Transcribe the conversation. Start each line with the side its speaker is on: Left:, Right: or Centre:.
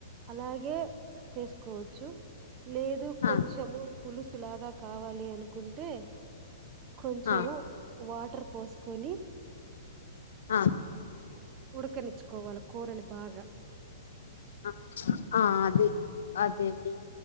Right: అలాగే చేసుకోవచ్చు లేదు కొంచెము
Left: ఆ
Right: పులుసులాగా కావాలి అనుకుంటే కొంచెము
Left: ఆ
Right: వాటర్ పోసుకొని
Left: ఆ
Right: ఉడకనిచ్చుకోవాలి కూరని బాగా
Left: ఆ ఆ ఆ అదే అదేండి